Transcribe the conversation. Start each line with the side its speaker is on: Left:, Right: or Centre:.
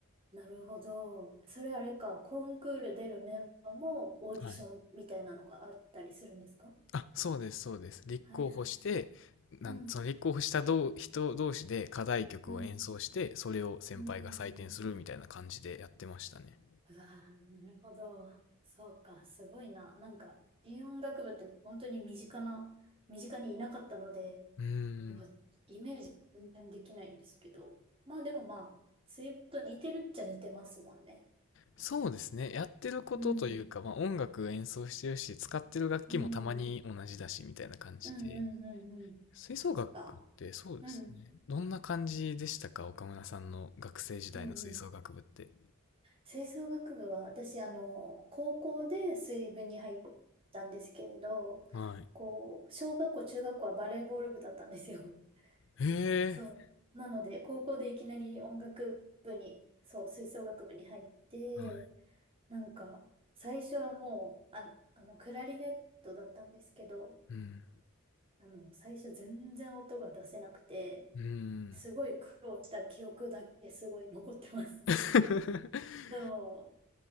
Right: なるほど。それあれか、コンクール出るメンバーもオーディションみたいなのがあったりするんですか
Left: はいあ、そうです、そうです。立候補して、
Right: はいはいはい。
Left: なん、
Right: うん、
Left: その立候補したどう人同士で課題曲を演奏して、
Right: うん、
Left: それを先輩が採点するみたいな感じでやってましたね。
Right: うん、うん、うん。うわーなるほど。そうか、すごいな。なんか、軽音楽部って本当に身近な、身近にいなかったので、
Left: うー
Right: なんか、
Left: ん。
Right: イメージ全然できないんですけど。まあでもまあ、水分と似てるっちゃ似てますもんね。
Left: そうですね。やってることというか、
Right: うん。
Left: まあ音楽演奏してるし、使ってる楽器もたまに同じだし、
Right: うん。
Left: みたいな感じで。
Right: うんうんうんうん。
Left: 吹奏楽ってそうですね。
Right: そうか。うん。
Left: どんな感じでしたか岡村さんの学生時代の吹奏楽部って。
Right: うんうん。吹奏楽部は、私、あの、高校で水部に入ったんですけれど、
Left: はい。
Right: こう、小学校、中学校はバレーボール部だったんですよ。
Left: へえ。
Right: <laughs> そう。なので、高校でいきなり音楽部に、そう、吹奏楽部に入って、
Left: はい。
Right: なんか、最初はもう、あ、あの、クラリネットだったんですけど、
Left: うん。
Right: あの、最初全然音が出せなくて、
Left: うん。
Right: すごい苦労した記憶だけすごい残ってます。
Left: <laughs>
Right: <laughs> そう。